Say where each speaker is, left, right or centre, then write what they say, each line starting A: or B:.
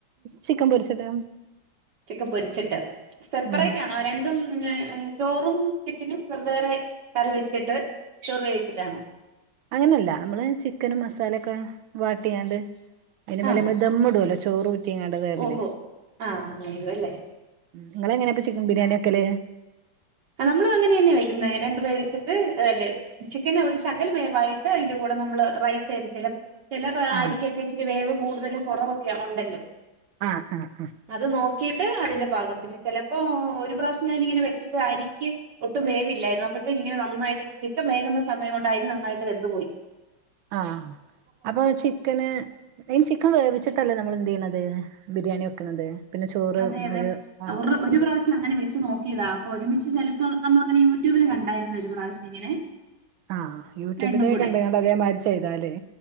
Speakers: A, on the right; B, on the right.
A: ചിക്കൻ പൊരിച്ചത്.
B: ചിക്കൻ പൊരിച്ചിട്ട് സെപ്പറേറ്റ്
A: ഉം
B: ആ ആ രണ്ടും ഹ്മ് ചോറും ചിക്കനും വെവ്വേറെ കറി വെച്ചിട്ട്. ഷോർ വേവ്ച്ചിട്ടാണോ?
A: അങ്ങനെയല്ല നമ്മള് ചിക്കനും മസാലൊക്കെ വാട്ടിയാണ്ട്. അയിന്റെ മേലെ
B: ആഹ്
A: നമ്മള് ദമ്മുടല്ലോ ചോറ് ഊറ്റിങ്ങാണ്ട് വേവ്‌ല്
B: ഓഹോ ആഹ് അങ്ങനെ. ഇടും അല്ലേ
A: ഇങ്ങളെങ്ങനെയാപ്പ ചിക്കൻ ബിരിയാണി വെക്കൽ?
B: ആ നമ്മളും അങ്ങനെ ന്നെയാ വെക്കുന്നത് രണ്ട് വേവ്ച്ചിട്ട് ഹ് ചിക്കന് ഒരു ശകല വേവായിട്ട്. ട്ട് അയ്ന്റെ കൂടെ നമ്മള് റൈസ് <unintelligible> ചെല റാ
A: ആഹ്
B: ആരിക്കൊക്കെ. ചിരി വേവ് കൂടുതലും കുറവൊക്കെ ഉണ്ടല്ലോ.
A: ആഹ് ആഹ്
B: അത് നോക്കിട്ട് അതിന്റെ പാകത്തിന് ചെലപ്പോ ഒരു പ്രാവ്ശ്യം ഞാനിങ്ങനെ വെച്ചിട്ട് അരിക്ക്. ഒട്ടും വേവില്ലായിരുന്നു അപ്പഴത്തെക്ക് ഇങ്ങനെ നന്നായിട്ട് ചിക്കൻ വേകുന്ന സമയ കൊണ്ട അരി നന്നായിട്ട് വെന്തുപോയി.
A: ആഹ് അപ്പൊ ചിക്കന്. അയ്ന് ചിക്കൻ വേവിച്ചിട്ടല്ലേ നമ്മൾ എന്തെയ്യ്ണത് ബിരിയാണി വെക്ക്ണത് പിന്നെ ചോറ്
B: അതെ അതെ
A: ഒര് ഹാഫ്.
B: ഒരു ഒരു പ്രാവ്ശ്യം അങ്ങനെ വെച്ച് നോക്കിയതാ അപ്പൊ ഒരുമിച്ച് ചെലപ്പോ നമ്മള അങ്ങനെ യൂട്യൂബില് കണ്ടായിരുന്നു ഒരു പ്രാവ്ശ്യം ഇങ്ങനെ.
A: ആഹ് യൂട്യൂബിത്തെക്കെ
B: രണ്ടും കൂടെ
A: കണ്ടങ്ങാണ്ട് അതേമാതിരി ചെയ്താലേ.